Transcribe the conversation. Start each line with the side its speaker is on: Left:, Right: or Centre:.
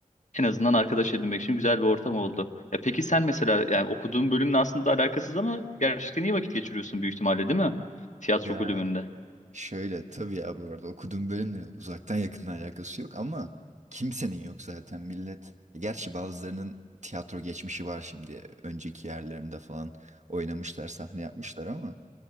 Left: en azından arkadaş edinmek için güzel bir ortam oldu. Ya peki sen mesela yani okuduğun bölümle aslında alakasız ama gerçekten iyi vakit geçiriyorsun büyük ihtimalle değil mi? Tiyatro
Right: Ya
Left: kulübünde.
Right: şöyle tabii ya bu arada okuduğum bölümle uzaktan yakından alakası yok ama kimsenin yok zaten millet. E, Gerçi bazılarının tiyatro geçmişi var şimdi. Önceki yerlerinde falan oynamışlar, sahne yapmışlar ama